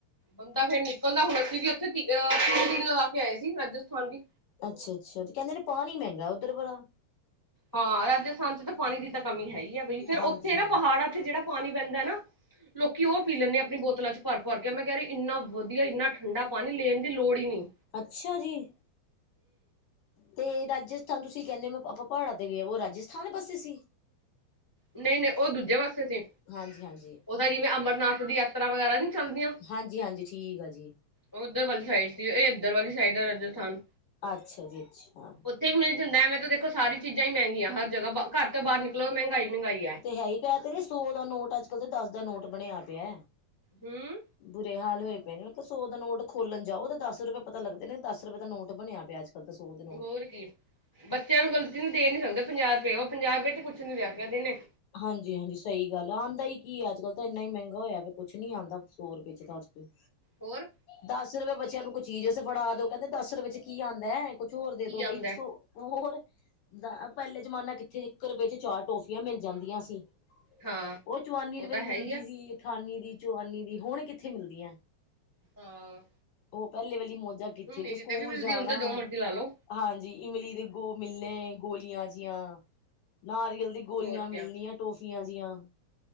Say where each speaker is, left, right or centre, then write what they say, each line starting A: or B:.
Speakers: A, on the left (about 25°); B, on the left (about 80°).
A: ਬੰਦਾ ਫੇਰ ਨਿਕਲਦਾ ਹੁਣ ਅਸੀਂ ਵੀ ਓਥੇ ਤਿ ਅਹ ਤਿੰਨ ਦਿਨ ਲਗਾ ਕੇ ਆਏ ਸੀ ਰਾਜਸਥਾਨ ਵੀ।
B: ਅੱਛਾ-ਅੱਛਾ ਤੇ ਕੈਂਦੇ ਨੇ ਪਾਣੀ ਮੈਂਗਾ ਓਧਰ ਬਰਾ।
A: ਹਾਂ ਰਾਜਸਥਾਨ 'ਚ ਤਾਂ ਪਾਣੀ ਦੀ ਤਾਂ ਕਮੀ ਹੈ ਈ ਆ ਬਈ। ਫੇਰ
B: ਹਾਂਜੀ
A: ਉੱਥੇ
B: ਹਾਂਜੀ
A: ਨਾ ਪਹਾੜਾਂ 'ਚ ਜੜਾ ਪਾਣੀ ਪੈਂਦਾ ਨਾ। ਲੋਕੀ ਓ ਪੀ ਲੈਂਦੇ ਆਪਣੀ ਬੋਤਲਾਂ 'ਚ ਭਰ ਭਰ ਕੇ। ਮੈਂ ਕੈ ਰੀ ਇੰਨਾ ਵਧੀਆ, ਇੰਨਾ ਠੰਡਾ ਪਾਣੀ ਲੈਣ ਦੀ ਲੋੜ ਈ ਨੀ।
B: ਅੱਛਾ ਜੀ। ਤੇ ਰਾਜਸਥਾਨ ਤੁਸੀਂ ਕੈਂਦੇ ਮ ਆਪਾਂ ਪਹਾੜਾਂ ਤੇ ਗੇ, ਵ ਰਾਜਸਥਾਨ ਪਾਸੇ ਸੀ।
A: ਨਈ ਨਈ ਓ ਦੂਜੇ ਵਾਸੇ ਸੀ।
B: ਹਾਂਜੀ ਹਾਂਜੀ।
A: ਓ ਤਾਂ ਜਿਵੇਂ ਅਮਰਨਾਥ ਦੀ ਯਾਤਰਾ ਵਗੈਰਾ ਨੀ ਚੱਲਦੀਆਂ।
B: ਹਾਂਜੀ ਹਾਂਜੀ ਠੀਕ ਆ ਜੀ
A: ਓ ਓਧਰ ਵਾਲੀ ਸਾਈਡ ਸੀ, ਏ ਏਧਰ ਵਾਲੀ ਸਾਈਡ ਆ ਰਾਜਸਥਾਨ।
B: ਅੱਛਾ ਜੀ ਅੱਛਾ
A: ਏਥੇ ਵੀ ਮਿਲ ਜਾਂਦਾ ਐਵੇਂ ਤਾਂ ਦੇਖੋ ਸਾਰੀ ਚੀਜ਼ਾਂ ਈ ਮੈਂਗੀਆਂ। ਹਰ ਜਗਾ ਬ ਘਰ ਤੋਂ ਬਾਰ ਨਿਕਲੋ ਮੈਂਗਾਈ ਮੈਂਗਾਈ ਆ।
B: ਹੈਈ ਕੈ ਤੇ ਰੀ ਸਾਰੇ। ਸੋ ਦਾ ਨੋਟ ਅੱਜ ਕਲ੍ਹ ਤੇ ਦਸ ਦਾ ਨੋਟ ਬਣਿਆ ਪਿਆ।
A: ਹੂੰਅ।
B: ਬੁਰੇ ਹਾਲ ਹੋਏ ਪਏ ਨੇ। ਮੈਂ ਕਿਆ ਸੌ ਦਾ ਨੋਟ ਖੋਲਣ ਜਾਓ ਤੇ ਦਸ ਰੁਪਏ ਪਤਾ ਲੱਗਦੇ ਨੇ, ਦਸ ਰੁਪਏ ਦਾ ਨੋਟ ਬਣਿਆ ਪਿਆ ਅੱਜ। ਪੈਲਾਂ ਤਾਂ ਸੌ ਦੇ -
A: ਹੋਰ ਕੀ ਬੱਚਿਆਂ ਨੂੰ ਗ਼ਲਤੀ ਨੂੰ ਦੇ ਨੀ ਸਕਦੇ ਪੰਜਾ ਰਪਏ, ਓ ਪੰਜਾ ਰਪਏ ਤੇ ਕੁਛ ਨੀ ਲੈ ਕੇ ਆਦੇ ਨੇ।
B: ਹਾਂਜੀ ਹਾਂਜੀ ਸ‌ਈ ਗੱਲ, ਆਂਦਾ ਈ ਕੀ ਏ ਅੱਜ ਕੱਲ ਤਾਂ ਏਨ ਈ ਮੈਂਗਾ ਹੋਇਆ। ਕੁਛ ਨੀ ਆਂਦਾ ਸੌ ਰਪਏ 'ਚ ਤਾਂ ਅੱਜ ਕੱਲ। ਹ।
A: ਹੋਰ।
B: ਦਸ ਰਪਏ ਬੱਚਿਆਂ ਨੂੰ ਕੁ ਚੀਜ਼ ਫੜਾ ਦੋ, ਕੈਂਦੇ ਦਸ ਰਪਏ 'ਚ ਕੀ ਆਂਦਾ ਕੁਛ ਹੋਰ ਦੇ
A: ਕੀ
B: ਦੋ ਬਈ
A: ਆਂਦਾ
B: ਸੋ। ਔਰ ਦੇ ਪੈਲੇ ਜ਼ਮਾਨਾ ਕਿੱਥੇ ਇੱਕ ਰਪਏ 'ਚ ਚਾਰ ਟੋਫੀਆਂ ਮਿਲ ਜਾਂਦੀਆਂ ਸੀ।
A: ਹਾਂ
B: ਓ ਚਵਾਨੀ
A: ਉਹ
B: ਰਪਏ
A: ਤਾਂ
B: ਦੀ
A: ਹੈ
B: ਮਿਲਦੀ
A: ਹੀ ਆ
B: ਸੀ। ਅਠਾਨੀ ਦੀ, ਚਵਾਨੀ ਦੀ ਹੁਣ ਕਿੱਥੇ ਮਿਲਦੀਆਂ।
A: ਹਾਂ।
B: ਓ ਪੈਲੇ ਵੇਲੀ ਮੌਜਾਂ ਕਿੱਥੇ,
A: ਹੁਣ ਮੇਰੀ
B: ਜੋ ਸਕੂਲ
A: ਤੇ ਵੀ ਮਿਲਦੀ
B: ਜਾਣਾ।
A: ਹੁਣ ਤਾਂ ਜੋ ਮਰਜ਼ੀ ਲਾ ਲੋ
B: ਹਾਂਜੀ ਇਮਲੀ ਦੇ ਗੋ ਮਿਲਣੇ ਗੋਲੀਆਂ ਜੀਆਂ, ਨਾਰੀਅਲ ਦੇ ਗੋ- ਗੋਲੀਆਂ
A: ਹੋਰ ਕਿਆ
B: ਮਿਲਨੀਆਂ, ਟੋਫੀਆਂ ਜੀਆਂ।